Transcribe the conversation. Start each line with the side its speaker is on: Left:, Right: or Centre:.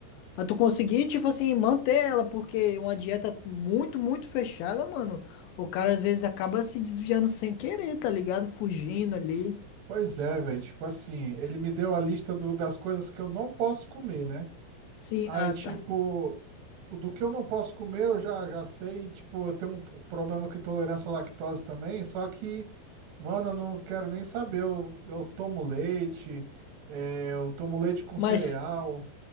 Left: pra tu conseguir, tipo assim, manter ela, porque uma dieta muito, muito fechada, mano, o cara às vezes acaba se desviando sem querer, tá ligado? Fugindo ali.
Right: Pois é, velho. Tipo assim, ele me deu a lista do- das coisas que eu não posso comer, né?
Left: Sim,
Right: Aí,
Left: ah,
Right: tipo,
Left: tá.
Right: o do que eu não posso comer, eu já, já sei. e, Tipo, eu tenho um problema com intolerância à lactose também. Só que, mano, eu não quero nem saber. Eu, eu tomo leite, é, eu tomo leite com
Left: Mas
Right: cereal.